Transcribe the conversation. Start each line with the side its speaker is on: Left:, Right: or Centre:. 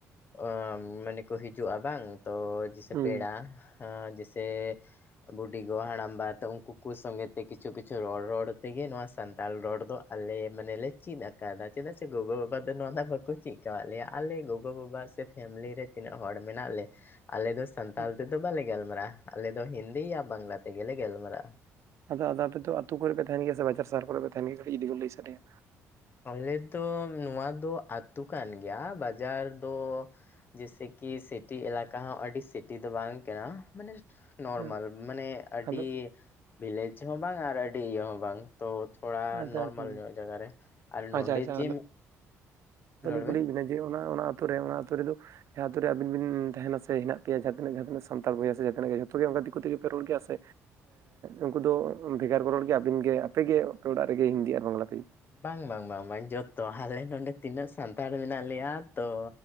Left: ᱚᱸ ᱢᱟᱱᱮ ᱠᱚ ᱦᱤᱡᱩᱜ-ᱟ ᱵᱟᱝ ᱛᱚ ᱡᱮᱥᱮ
Right: ᱦᱩᱸ
Left: ᱯᱮᱲᱟ, ᱡᱮᱥᱮ ᱵᱩᱰᱤᱜᱚ, ᱦᱟᱲᱟᱢᱵᱟ, ᱛᱚ ᱩᱱᱠᱩ ᱠᱚ ᱥᱚᱸᱜᱮ ᱛᱮ ᱠᱤᱪᱷᱩ ᱠᱤᱪᱷᱩ ᱨᱚᱲ ᱨᱚᱲ ᱛᱮᱜᱮ ᱱᱚᱣᱟ ᱥᱟᱱ ᱨᱚᱲ ᱫᱚ ᱟᱞᱮ ᱢᱟᱱᱮ ᱞᱮ ᱪᱮᱫ ᱟᱠᱟᱫᱟ, ᱪᱮᱫᱟᱜ ᱥᱮ ᱜᱚᱜᱚ ᱵᱟᱵᱟ ᱫᱚ ᱱᱚᱣᱟ ᱫᱚ ᱵᱟᱠᱚ ᱪᱮᱫ ᱟᱠᱟᱣᱼᱜ ᱞᱮᱭᱟ ᱟᱞᱮ ᱜᱚᱜᱚ ᱵᱟᱵᱟ ᱯᱷᱮᱢᱞᱤ ᱨᱮ ᱛᱤᱱᱟᱹᱜ ᱦᱚᱲ ᱢᱮᱱᱟᱜ ᱞᱮ ᱟᱞᱮ ᱫᱚ ᱥᱟᱱᱛᱟᱞ
Right: ᱦᱩᱸ
Left: ᱛᱮᱫᱚ ᱵᱟᱞᱮ ᱜᱟᱞᱢᱟᱨᱟᱜ-ᱟ ᱟᱞᱮ ᱫᱚ ᱦᱤᱱᱫᱤ ᱟᱨ ᱵᱟᱝᱞᱟ ᱛᱮᱜᱮᱞᱮ ᱜᱟᱞᱢᱟᱨᱟᱜ-ᱟ᱾
Right: ᱟᱫᱚ ᱟᱫᱚ ᱟᱯᱮ ᱫᱚ ᱟᱹᱛᱩ ᱠᱚᱨᱮ ᱯᱮ ᱛᱟᱦᱮᱱ ᱜᱮᱭᱟ ᱥᱮ ᱵᱟᱡᱟᱨ ᱥᱟᱦᱟᱨ ᱠᱚᱨᱮ ᱯᱮ ᱛᱟᱦᱮᱱ ᱜᱮᱭᱟ ᱠᱟᱹᱴᱤᱡ ᱡᱚᱫᱤ ᱵᱤᱱ ᱞᱟᱹᱭ ᱥᱟᱰᱮᱭᱟ?
Left: ᱟᱞᱮ ᱫᱚ ᱱᱚᱣᱟ ᱫᱚ ᱟᱹᱛᱩ ᱠᱟᱱ ᱜᱮᱭᱟ ᱵᱟᱡᱟᱨ ᱫᱚ ᱡᱮᱥᱮ ᱠᱤ ᱥᱤᱴᱤ ᱮᱞᱟᱠᱟ ᱦᱚᱸ ᱟᱹᱰᱤ ᱥᱤᱴᱤ ᱫᱚ ᱵᱟᱝ ᱠᱟᱱᱟ ᱢᱟᱱᱮ ᱱᱚᱨᱢᱟᱞ
Right: ᱦᱩᱸ
Left: ᱢᱟᱱᱮ ᱟᱹᱰᱤ
Right: ᱟᱫᱚ
Left: ᱵᱷᱤᱞᱮᱡᱽ ᱦᱚᱸ ᱵᱟᱝ ᱟᱨ ᱟᱹᱰᱤ ᱤᱭᱟᱹ ᱦᱚᱸ ᱵᱟᱝ ᱛᱚ ᱛᱷᱚᱲᱟ
Right: ᱟᱪᱪᱷᱟ
Left: ᱱᱚᱨᱢᱟᱞ
Right: ᱟᱪᱪᱷᱟ
Left: ᱧᱚᱜ ᱡᱟᱸᱜᱟ ᱨᱮ᱾ ᱟᱨ
Right: ᱟᱪᱪᱷᱟ
Left: ᱱᱚᱰᱮ
Right: ᱟᱪᱪᱷᱟ
Left: ᱡᱮ
Right: ᱟᱹᱞᱤᱧ
Left: ᱨᱚᱲ
Right: ᱠᱩᱞᱤᱭᱮᱫ
Left: ᱵᱮᱱ
Right: ᱵᱮᱱᱟ ᱡᱮ ᱚᱱᱟ ᱚᱱᱟ ᱟᱛᱳ ᱨᱮ ᱚᱱᱟ ᱟᱹᱛᱳ ᱨᱮᱫᱚ ᱡᱟᱦᱟᱸ ᱟᱛᱩ ᱨᱮ ᱟᱹᱵᱤᱱ ᱵᱤᱱ ᱛᱟᱦᱮᱱᱟ ᱥᱮ ᱦᱮᱱᱟᱜ ᱯᱮᱭᱟ ᱡᱟᱦᱟᱸ ᱛᱤᱱᱟᱹᱜ ᱡᱟᱦᱟᱸ ᱛᱤᱱᱟᱹᱜ ᱥᱟᱱᱛᱟᱞ ᱵᱚᱭᱦᱟ ᱥᱮ ᱡᱟᱦᱟᱸ ᱱᱟᱹᱜ ᱜᱮ ᱡᱚᱛᱚ ᱜᱮ ᱚᱱᱠᱟ ᱫᱤᱠᱩ ᱛᱮᱜᱮ ᱯᱮ ᱨᱚᱲ ᱜᱮᱭᱟ ᱥᱮ ᱩᱱᱠᱩ ᱫᱚ ᱵᱷᱮᱜᱟᱨ ᱠᱚ ᱨᱚᱲ ᱜᱮᱭᱟ ᱟᱹᱵᱤᱱ ᱜᱮ ᱟᱯᱮᱜᱮ ᱚᱲᱟᱜ ᱨᱮᱜᱮ ᱦᱤᱱᱫᱤ ᱟᱨ ᱵᱟᱝᱞᱟ ᱛᱮ?
Left: ᱵᱟᱝ ᱵᱟᱝ ᱵᱟᱝ ᱵᱟᱝ ᱡᱚᱛᱚ ᱟᱞᱮ ᱱᱚᱰᱮ ᱛᱤᱱᱟᱹᱜ ᱥᱟᱱᱛᱟᱲ ᱢᱮᱱᱟᱜ ᱞᱮᱭᱟ ᱛᱚ